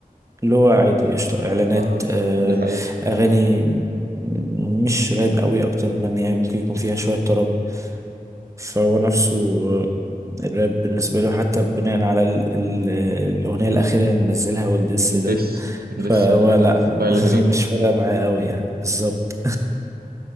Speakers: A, on the right; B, on the right.
A: اللي هو عادي قشطه اعلانات
B: اه
A: آه،
B: ده حقيقة
A: اغاني م- مش راب قوي اكتر من يعني ممكن يكون فيها شويه طرب فهو نفسه آه، الراب بالنسبه له حتى بناء على ال ال الاغنيه الاخيره اللي نزلها والدس
B: الدس
A: ده
B: الدس
A: فهو
B: على
A: لا
B: فايل
A: <laughs>
B: غنيم
A: مش فارقه معايا قوي يعني بالظبط